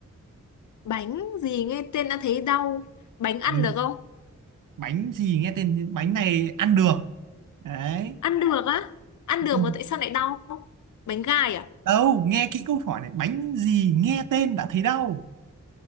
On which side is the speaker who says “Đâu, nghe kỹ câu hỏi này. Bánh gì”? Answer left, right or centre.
Right